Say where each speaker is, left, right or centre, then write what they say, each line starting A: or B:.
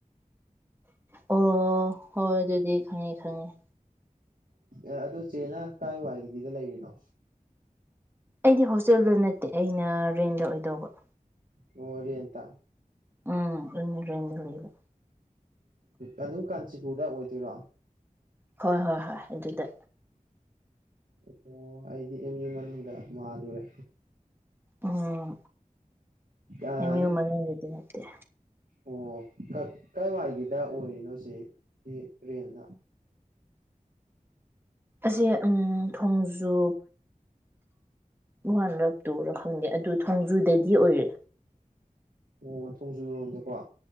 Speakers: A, on the right; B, on the right.
A: ꯑꯣ ꯍꯣꯏ ꯑꯗꯨꯗꯤ ꯈꯪꯉꯤ ꯈꯪꯉꯤ
B: ꯑ ꯑꯗꯨ ꯆꯦꯅ ꯀꯥꯏꯋꯥꯏꯗꯒꯤꯗ ꯂꯩꯔꯤꯅꯣ
A: ꯑꯩꯗꯤ ꯍꯣꯁꯇꯦꯜꯗ ꯅꯠꯇꯦ ꯑꯩꯅ ꯔꯦꯟꯗ ꯑꯣꯏꯗꯧꯕ
B: ꯑꯣꯔꯤ ꯑꯦꯇ ꯎꯝ
A: ꯎꯝ ꯏꯪꯂꯦꯟꯗ ꯂꯩꯕ
B: ꯑꯗꯨ ꯑꯗꯨꯝ ꯀꯥꯟꯆꯤ ꯗ ꯑꯣꯏꯗꯣꯏꯔꯣ
A: ꯍꯣꯏ ꯍꯣꯏ ꯍꯣꯏ ꯑꯗꯨꯗ
B: ꯑꯣ ꯑꯩꯗꯤ ꯑꯦꯝ ꯌꯨ ꯃꯅꯨꯡꯗ ꯃꯥꯂꯨꯔꯦ
A: ꯎꯝ
B: ꯑꯗꯨꯝ
A: ꯑꯃꯤ ꯃꯅ ꯂꯗ ꯅ ꯑꯠꯇ
B: ꯑꯣ ꯀꯥꯏꯋꯥꯏꯒꯤꯗ ꯑꯣꯏꯔꯤꯅꯣ ꯁꯤꯦ ꯔꯦꯟꯅ
A: ꯑꯁꯤꯁꯦ ꯎꯝ ꯊꯣꯡꯖꯨ ꯋꯥꯟꯂ ꯇꯨꯔ ꯈꯪꯗꯦ ꯑꯗꯨ ꯊꯣꯡꯖꯨꯗꯗꯤ ꯑꯣꯏꯔꯦ
B: ꯃ ꯊꯣꯡꯖꯔꯣꯝꯗꯀꯣ